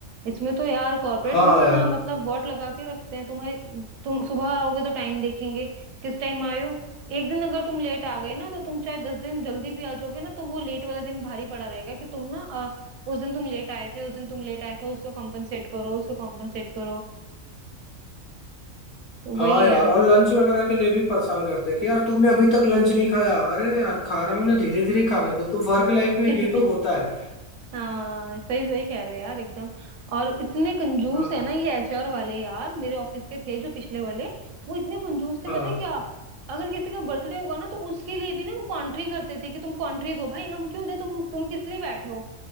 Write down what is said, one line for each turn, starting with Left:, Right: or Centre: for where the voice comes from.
Right: इसमें तो यार कॉर्पोरेट
Left: हाँ
Right: में तो
Left: यार
Right: ना मतलब वॉट लगा के रखते हैं तुम्हारे तुम सुबह आओगे तो टाइम देखेंगे किस टाइम आए हो एक दिन अगर तुम लेट आ गए ना तो तुम चाहे दस दिन जल्दी भी आ जाओगे ना तो वो लेट वाला दिन भारी पड़ा रहेगा कि तुम ना अ, उस दिन तुम लेट आए थे उस दिन तुम लेट आए थे उसको कॉम्पनसेट करो उसको कॉम्पनसेट करो तो वही
Left: हाँ यार
Right: है
Left: और लंच वगैरह के लिए भी परेशान करते हैं कि यार तुमने अभी तक लंच नहीं खाया अरे यार खा रहा हूँ ना धीरे धीरे खाने दो तो वर्क लाइफ में
Right: <laughs>
Left: ये तो होता है
Right: हाँ सही सही कह रहे हो यार एकदम और इतने कंजूस
Left: हाँ
Right: है ना ये एचआर वाले यार मेरे ऑफिस के थे जो पिछले वाले वो इतने कंजूस थे
Left: हाँ
Right: पता है क्या अगर किसी का बर्थडे होगा ना तो उसके लिए भी ना वो कॉन्ट्री करते थे कि तुम कॉन्ट्री दो भाई हम क्यों दे तुम तुम किस लिए बैठे हो